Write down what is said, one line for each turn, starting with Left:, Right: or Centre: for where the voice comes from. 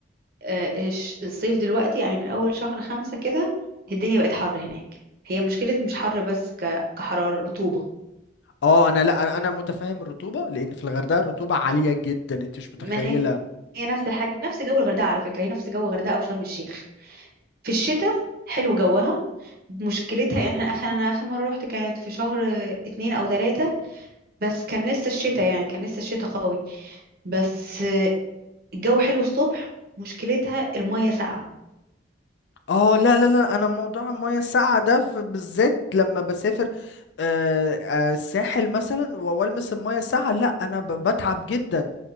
Right: آه، الش- الصيف دلوقتي يعني من أول شهر خمسة كده الدنيا بقت حر هناك هي مشكلة مش حر بس ك- كحرارة رطوبة
Left: اه انا لا انا متفاهم الرطوبه لان في الغردقه الرطوبه عاليه جدا انت مش متخيله
Right: ما هي هي نفس الحاجة نفس جو الغردقة على فكرة هي نفس جو الغردقة أو شرم الشيخ في الشتاء حلو جوها مشكلتها يعني احنا اخر انا اخر مره روحت كانت في شهر اتنين او تلاتة بس كان لسه الشتاء يعني كان لسه الشتاء قوي بس الجو حلو الصبح مشكلتها المية ساقعة
Left: اه لا لا لا انا موضوع المياه الساقعه ده في- بالذات لما بسافر آه، آه، الساحل مثلا و- والمس المياه الساقعه لا انا ب- بتعب جدا